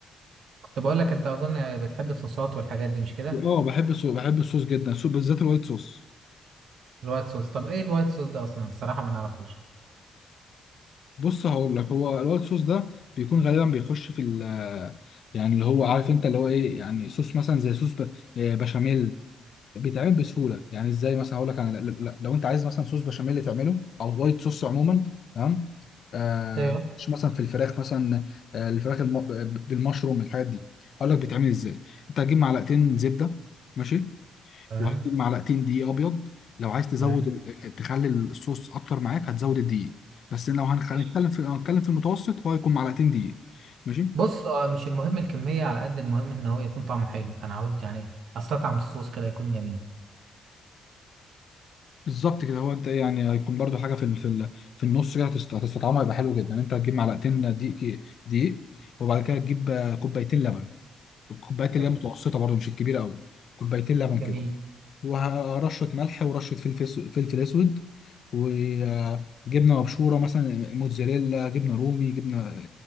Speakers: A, on the right; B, on the left.
A: كنت بقول لك انت اظن بتحب الصوصات والحاجات دي مش كده
B: اه بحب الصوص بحب الصوص جدا الصوص بالذات الوايت صوص
A: الوايت صوص طب ايه الوايت صوص ده اصلا الصراحه ما نعرفوش
B: بص هقول لك هو الوايت صوص ده بيكون غالبا بيخش في ال يعني اللي هو عارف انت اللي هو ايه يعني صوص مثلا زي صوص ب- آه، بشاميل بيتعمل بسهوله يعني ازاي مثلا هقول لك انا لا- لا- لو انت عايز مثلا صوص بشاميل تعمله او وايت صوص عموما تمام آه
A: ايوه
B: مش مثلا في الفراخ مثلا آه الفراخ الم... بالمشروم الحاجات دي هقول لك بيتعمل ازاي انت هتجيب معلقتين زبده ماشي
A: تمام
B: وهتكون معلقتين دقيق ابيض لو عايز تزود
A: تمام
B: ال- تخلي الصوص اكتر معاك هتزود الدقيق بس لو هنخ- هنتكلم
A: ماشي.
B: في هنتكلم في المتوسط هو هيكون معلقتين دقيق ماشي
A: بص اه، مش المهم الكميه على قد المهم ان هو يكون طعمه حلو انا عاوز يعني استطعم الصوص كده يكون جميل
B: بالظبط كده هو انت إيه يعني هيكون برضو حاجه في ال- في ال- في النص كده هتست- هتستطعمها هيبقى حلو جدا انت هتجيب معلقتين دقيق كي- دقيق وبعد كده تجيب آه، كوبايتين لبن الكوبايات
A: جميل
B: اللي هي متوسطه برضو مش الكبيره قوي كوبايتين لبن
A: جميل.
B: كده ورشة ملح ورشة فلفل أس- فلفل أسود وجبنة مبشورة مثلا موتزاريلا جبنة رومي جبنة